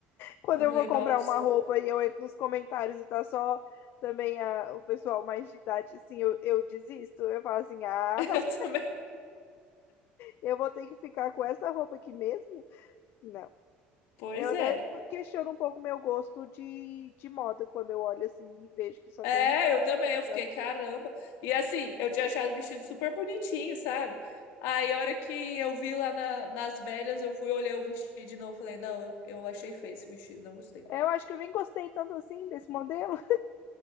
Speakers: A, on the left; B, on the left.
A: Quando
B: Eu
A: eu
B: falei,
A: vou comprar
B: nossa,
A: uma roupa e eu entro nos comentários e tá só também a- o pessoal mais de idade, assim, eu, eu desisto. Eu falo assim, ah,
B: <laughs> eu
A: não,
B: também.
A: eu vou ter que ficar com essa roupa aqui mesmo? Não.
B: Pois
A: Eu até
B: é.
A: cu- questiono um pouco o meu gosto de, de moda quando eu olho assim e vejo que só
B: É,
A: tem gente
B: eu
A: mais
B: também,
A: velha
B: eu
A: usando.
B: fiquei, caramba. E assim, eu tinha achado o vestido super bonitinho, sabe? Aí, a hora que eu vi lá na- nas velhas, eu fui olhar o vestido de novo, falei, não, eu, eu achei feio esse vestido, não gostei.
A: Eu acho que eu nem gostei tanto assim desse modelo.